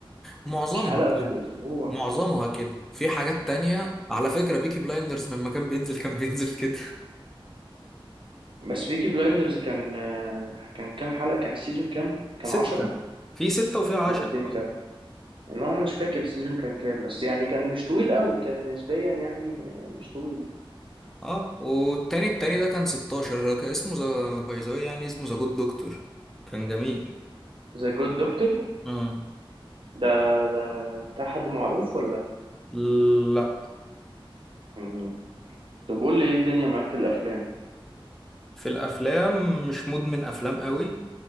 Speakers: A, in the centre; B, on the right (about 60°).
A: معظمها
B: مش حلقه
A: كده.
B: في الاسبوع
A: معظمها كده في حاجات تانية على فكرة بيكي بلايندرز لما كان بينزل كان بينزل كده
B: بس بيكي بلايندرز كان كان كام حلقه كان السيزون كام كان
A: ستة
B: عشرة
A: في ستة وفي عشرة
B: ولا ستة
A: اه
B: لا انا مش فاكر السيزون كان كام بس يعني كان مش طويل قوي كان نسبيا يعني مش طويل
A: اه والتاني التاني ده كان 16 كان اسمه ذا باي ذا واي يعني اسمه ذا جود دكتور كان جميل
B: ذا جود دكتور
A: مم.
B: ده ده بتاع حد معروف
A: لا
B: ولا طب قول لي ايه الدنيا معاك في الافلام
A: في الأفلام مش مدمن أفلام قوي